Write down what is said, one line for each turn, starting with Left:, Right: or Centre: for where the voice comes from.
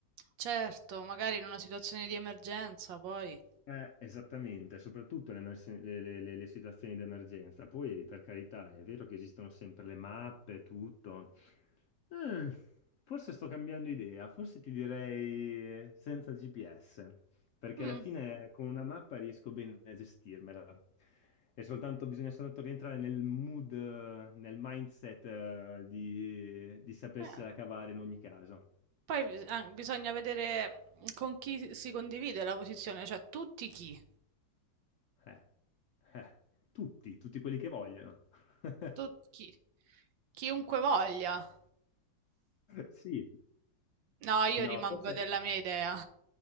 Right: Certo, magari in una situazione di emergenza, poi.
Left: Eh, esattamente, soprattutto le, emersi- le- le- le- le situazioni di emergenza. Poi, per carità, è vero che esistono sempre le mappe, tutto. Eh, forse sto cambiando idea, forse ti direi eh, senza GPS, perché
Right: Mm,
Left: alla fine con una mappa riesco bene a gestirmela. E soltanto bisogna soltanto rientrare nel mood, eh, nel mindset, eh, di, di sapersela
Right: eh,
Left: cavare in ogni caso.
Right: Poi bis- ah, bisogna vedere con chi si condivide la posizione, cioè tutti chi,
Left: Eh, eh, tutti, tutti quelli che vogliono. <laughs>
Right: tutti chi, chiunque voglia.
Left: Sì,
Right: No, io
Left: no,
Right: rimango
Left: forse
Right: della mia idea.